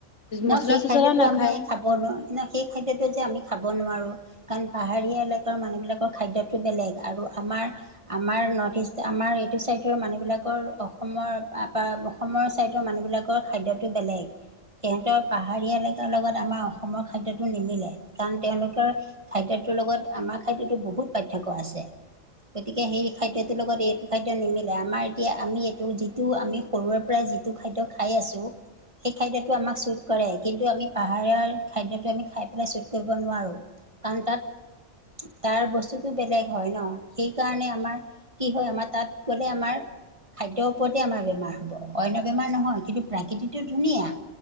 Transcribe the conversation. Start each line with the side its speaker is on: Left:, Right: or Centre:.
Right: ন
Left: মছলা
Right: সেই
Left: চচলা
Right: খাদ্যটো
Left: নাখায়
Right: আমি খাব নোৱাৰ, কিন সেই খাদ্যতো যে আমি খাব নোৱাৰো। কাৰণ পাহাৰীয়া এলেকাৰ মানুহবিলাকৰ খাদ্যটো বেলেগ, আৰু আমাৰ আমাৰ নৰ্থ ইষ্ট আমাৰ এইটো চাইডৰ মানুহবিলাকৰ অসমৰ বা অস মৰ চাইডৰ মানুহবিলাকৰ খাদ্যটো বেলেগ। সিহঁতৰ পাহাৰীয়া এলেকাৰ লগত আমাৰ অসমৰ খাদ্যটো নিমিলে, কাৰণ তেওঁলোকৰ খাদ্যটোৰ লগত আমাৰ খাদ্যটো বহুত পাৰ্থক্য আছে। গতিকে সেই খাদ্যটোৰ লগত এইটো খাদ্য নিমিলে আমাৰ এতিয়া আমি এইটো যিটো আমি সৰুৰে পৰা যিটো খাদ্য খাই আছোঁ সেই খাদ্য টো আমাক ছুট কৰে কিন্তু আমি পাহাৰীয়া খাদ্যটো আমি খাই পেলাই ছুট কৰিব নোৱাৰোঁ। কাৰণ তাত তাৰ বস্তুটো বেলেগ হয় ন, সেইকাৰণে আমাৰ কি হয় আমাৰ তাত গ'লে আমাৰ খাদ্যৰ ওপৰতে আমাৰ বেমাৰ হ'ব অন্য বেমাৰ নহয়, কিন্তু প্ৰাকৃতিটো ধুনীয়া।